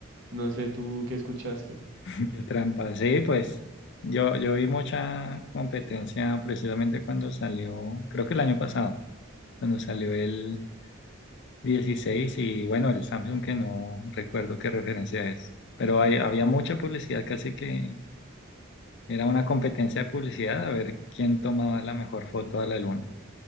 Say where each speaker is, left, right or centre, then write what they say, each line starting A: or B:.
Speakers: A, on the right (about 65°); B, on the left (about 60°).
A: No sé tú qué escuchaste.
B: <laughs> Qué trampa. Sí, pues yo, yo vi mucha competencia precisamente cuando salió, creo que el año pasado, cuando salió el, 16 y bueno, el Samsung que no recuerdo qué referencia es, pero hay- había mucha publicidad, casi que era una competencia de publicidad a ver quién tomaba la mejor foto a la luna.